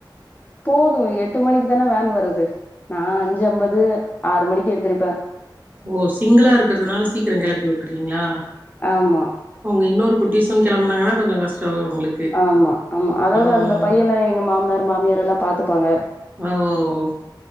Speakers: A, on the left (about 20°); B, on the right (about 20°).
A: போது எட்டு மணிக்கு தானே வேன் வருது நா அஞ்சு ஐம்பது ஆறு மணிக்கு எந்திரிப்பே
B: ஓ சிங்குளா இருக்குறதுனால சீக்கிர கெளப்பி வுட்றீங்களா
A: ஆமா
B: உங்க இன்னோரு குட்டிஸு கெளம்புனாங்கன்னா கொஞ்ச கஷ்டோ உங்களுக்கு
A: ஆமா ஆமா அதோட
B: ம்
A: அந்த பையன எங்க மாமனார் மாமியார் எல்லா பாத்துப்பாங்க
B: ஓ ஓ ஓ